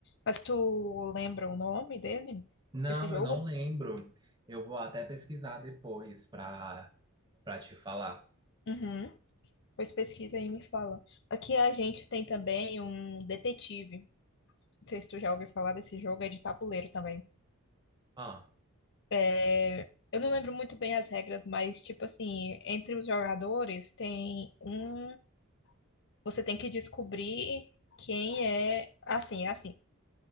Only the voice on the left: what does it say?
Mas tu lembra o nome dele?
Desse jogo?
Uhum. Pois pesquisa aí e me fala. Aqui a gente tem também um detetive. Não sei se tu já ouviu falar desse jogo, é de tabuleiro também.
É, Eu não lembro muito bem as regras, mas tipo assim, entre os jogadores tem um. Você tem que descobrir quem é. Assim, é assim.